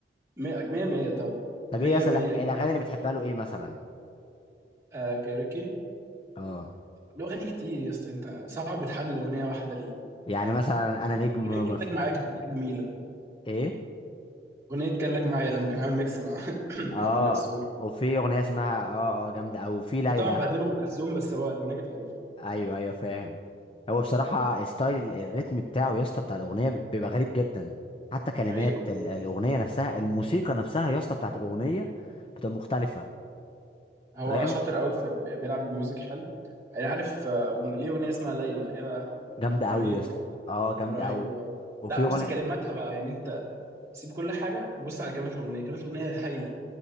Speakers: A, on the right; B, on the left.
A: مية مية مية طبعا
B: طب
A: مية
B: ايه يا اسطى
A: مية
B: لا- الاغاني اللي بتحبها له ايه مثلا
A: آه كاروكي
B: اه
A: له أغاني كتير يا اسطى أنت صعب تحدد أغنية واحدة ليه
B: يعني مثلا انا نجم
A: أغنية
B: وما
A: كان
B: في...
A: لك معايا كانت أغنية جميلة
B: ايه
A: أغنية كان لك معايا لما كان عامل ميكس مع <coughs> <clears throat>
B: اه
A: مع أم كلثوم
B: وفي اغنيه اسمها اه اه جامده او في ليلى
A: طبعا بعدله أم كلثوم بس هو الأغنية كانت حلوة فعلا.
B: ايوه ايوه فاهم هو بصراحه ستايل ال- الريتم بتاعه يا اسطى بتاع الاغنيه بيبقى غريب جدا حتى كلمات
A: ايوه
B: ال- الاغنيه نفسها الموسيقى نفسها يا اسطى بتاعت الاغنيه بتبقى مختلفه
A: هو
B: فاهم
A: شاطر قوي في بيلعب بالميوزك حلو انا عارف آه، أغن- ليه اغنيه اسمها ليلى يا
B: جامده
A: رهيبه
B: قوي يا اسطى اه جامده
A: رهيبه
B: قوي وفي
A: لا
B: اغنيه
A: بص كلماتها بقى يعني انت سيب كل حاجه وبص على كلمات الاغنيه كلمات الاغنيه هايله